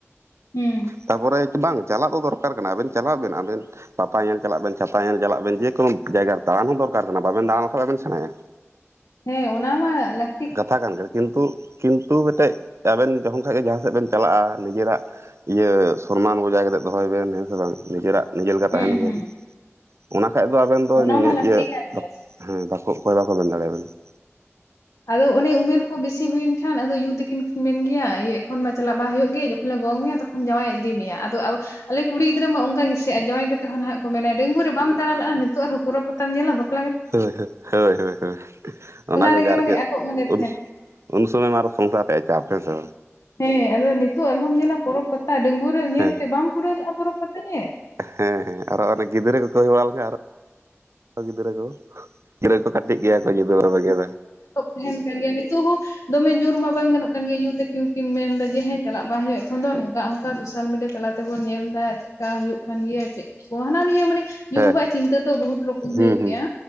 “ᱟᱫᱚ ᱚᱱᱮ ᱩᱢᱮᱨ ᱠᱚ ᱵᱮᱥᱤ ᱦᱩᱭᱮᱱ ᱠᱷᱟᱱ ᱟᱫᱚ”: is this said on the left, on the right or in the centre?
Left